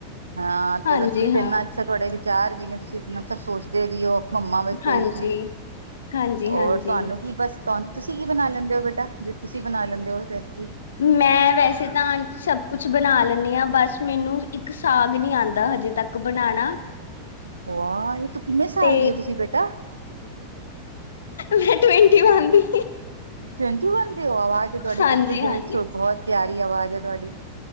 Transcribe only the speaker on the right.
ਹਾਂ ਚਲੋ
ਤੁਸੀ
ਤੇ ਏਨਾਂ। ਅੱਛਾ ਤੋਆਡੇ ਵਿਚਾਰ ਵੀ ਨੇ ਤੁਸੀ ਐਨਾਂ ਸਭ ਸੋਚਦੇ ਵੀ ਓ। ਮੰਮਾ ਵਾਸਤੇ
ਵੀ ਆਪਨੇ
ਹੋਰ
ਤੋਆਨੂੰ ਕੀ ਬਸ। ਤੋਆਨੂੰ ਤੁਸੀ ਕੀ ਬਨਾ ਲੈਂਦੇ ਓ ਬੇਟਾ ਜੇ ਤੁਸੀ ਬਨਾ ਲੈਂਦੇ ਓ ਰੈਸੇਪੀ।
ਵਾ ਏ ਤੂੰ ਕਿੰਨੇ ਸਾਲ
ਦੀ ਤੁਸੀ ਬੇਟਾ।
ਟਵਂਟੀ ਵਨ ਦੇ ਓ ਆਵਾਜ਼ ਤੋਆਡੀ
ਬਿਲਕੁਲ <unintelligible> ਬੋਤ ਪੇਆਰੀ ਆਵਾਜ਼ ਆ ਤੋਆਡੀ।